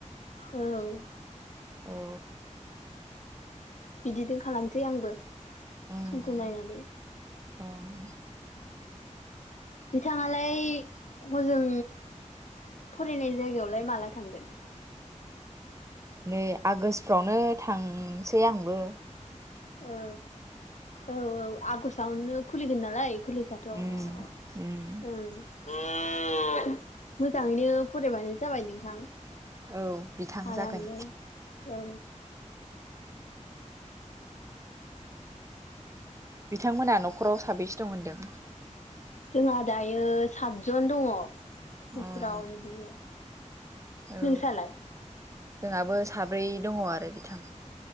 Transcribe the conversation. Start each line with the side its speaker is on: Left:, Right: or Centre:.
Left: औ
Right: औ
Left: बिदिजों खालामसै आंबो
Right: उम
Left: समखौ नायनानै
Right: उम
Left: बिथाङालाय हजों फरायनाय जायगायावलाय माला थांगोन
Right: नै आगष्ट आवनो थांसै आंबो
Left: औ औ औ आगस्टावनो खुलिगोन नालाय कलेजाथ' ओं
Right: उम उम
Left: <inaudible> मोजाङैनो फरायबानो जाबाय नोंथां
Right: औ बिथां
Left: आरामनो
Right: जागोन
Left: औ
Right: बिथांमोना न'खराव साबैसे दं होनदों
Left: जोंहा दायो सातजन दङ न'खराव
Right: उम
Left: बिदिनो
Right: औ
Left: नोंसालाय
Right: जोंहाबो साब्रै दङ आरो बिथां